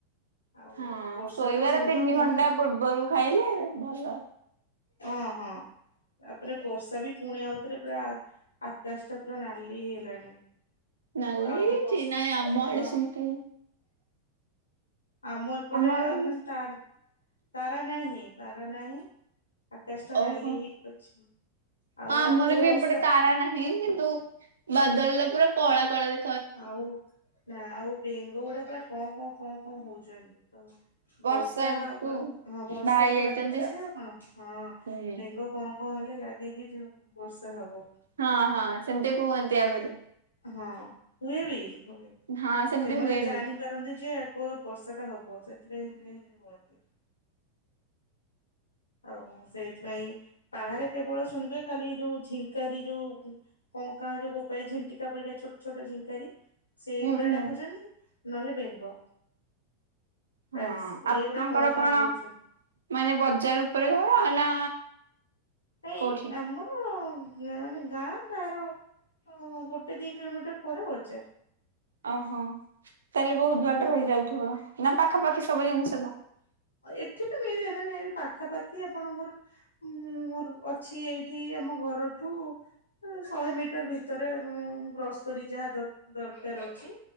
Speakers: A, on the left; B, on the right.
A: ଆଉ
B: ହଁ
A: ବର୍ଷା
B: ଶୋଇବାର
A: ତ ସେମିତି
B: ତିନି
A: ପୁଣି
B: ଘଣ୍ଟା ପୂର୍ବରୁ ଖାଇଲେ ଭଲ।
A: ହଁ ହଁ। ତାପରେ ବର୍ଷାବି ପୁଣି ଆଉଥରେ ପୁରା ଆକାଶଟା ପୁରା ନାଲି। ହେଇ ହେଇଗଲାଣି
B: ନାଲି
A: ଆଉ ଆହୁରି ବର୍ଷ
B: ଚି ନାଇଁ ଆମ ଆଡେ
A: ହଁ।
B: ସେମିତି
A: ଆମ ଏପଟେ
B: ଆମର
A: ଆ
B: ବି
A: ତାର ତାରା ନାହିଁ ତାରା ନାହିଁ। ଆକାସାଟା
B: ଓହୋ।
A: ନାଲି ହେଇକି ଅଛି। ଆଉ
B: ହଁ ଆମର
A: ରାତିରେ
B: ବି
A: ବର୍ଷା
B: ଏପଟେ <unintelligible> କିନ୍ତୁ ବାଦଲ ଟା ପୁରା କଳା କଳା ଦେ
A: ଆଉ ନା ଆଉ ବେଙ୍ଗ ଗୁଡା ପୁରା ଙ୍କ ଙ୍କ ଙ୍କ ଙ୍କ ହଉଛନ୍ତି।
B: ବର୍ଷାକୁ
A: ବର୍ଷା ହଁ ବର୍ଷାକୁ
B: ବାହାରି ଯାଇଛନ୍ତି
A: ଡାକୁଛନ୍ତୀ
B: ଆଉ।
A: ଆପଣ ହଁ
B: ହୁଁ
A: ବେଙ୍ଗ ଙ୍କ ଙ୍କ ହେଲେ ଲାଗେକିି ଯୋଉ ବର୍ଷା ହବ।
B: ହଁ ହଁ ସେମିତି କୁହନ୍ତି ଆଗରୁ।
A: ହଁ ହୁଏବି ହୁଏ,
B: ହଁ ସେମିତି
A: ସେମାନେ
B: ହୁଏ
A: ଜାଣିପାରନ୍ତି
B: ବି।
A: ଯେ ଗୋ ବର୍ଷା ଟା ହବ ସେଥିପାଇଁ <unintelligible> ହୁଅନ୍ତି ଆଉ ସେଇଥିପାଇଁ ବାହାରେ କେବଳ ଶୁଣିବେ ଖାଲି ଯୋଉ ଝିଙ୍କାରି ଯୋଉ ଙ୍କ କାଁ ଯୋଉ ବୋବାଇ ଝିଣ୍ଟିକା ପରିକା ଛୋଟ ଛୋଟ ଝିଙ୍କାରି ସେଇଗୁଡା
B: ହୁଁ ହୁଁ
A: ଡାକୁଚନ୍ତି, ନହେଲେ ବେଙ୍ଗ
B: ହଁ
A: ବାସ୍
B: ଆପଣଙ୍କର
A: ଏଇଗୁଡା ଙ୍କ ଙ୍କା
B: କଣ
A: ହୋଉଛନ୍ତି।
B: ମାନେ ବଜାର ଉପରେ ଘର ନା
A: ଭାଇ
B: କୋଉଠି?
A: ଆମ ମାନେ ଗାଁ ତାର ଗୋଟେ ଉ ଦି କିଲୋମିଟର ପରେ ବଜାର।
B: ଓହୋ ତାହେଲେ ବହୁତ ବାଟର
A: ହଁ
B: ହେଇଯାଉଥିବ ନା ପାଖାପାଖି ସବୁ ଜିନିଷ
A: ଏଠିବି ମିଳେ ମାନେ ଏ ପାଖାପାଖି ଆପଣଙ୍କର ହଁ ମୋର ଅଛି ଏଇଠି ଆମ ଘରଠୁ ଶହେ ମିଟର ଭିତରେଉ ଗ୍ରସରୀ ଯାହା ଦ ଦରକାର ଅଛି